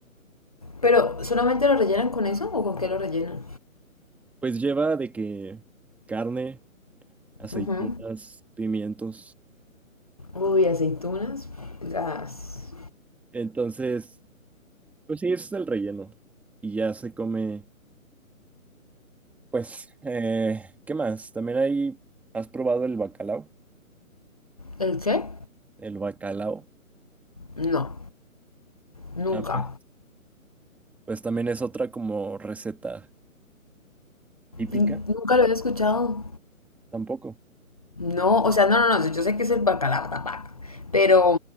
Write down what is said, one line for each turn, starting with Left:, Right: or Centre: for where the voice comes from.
Left: Pero, ¿solamente lo rellenan con eso o con qué lo rellenan?
Centre: Pues lleva de que carne, aceitunas,
Left: Ujú.
Centre: pimientos.
Left: Uy, aceitunas. Las.
Centre: Entonces, pues sí, ese es el relleno. Y ya se come Pues, eh, ¿qué más? También ahí has probado el bacalao.
Left: ¿El qué?
Centre: El bacalao.
Left: No, nunca.
Centre: Ah, pues. Pues también es otra como receta típica.
Left: N- Nunca lo había escuchado.
Centre: Tampoco.
Left: No, o sea, no, no, no. Yo sé que es el bacalao, la vaca. Pero,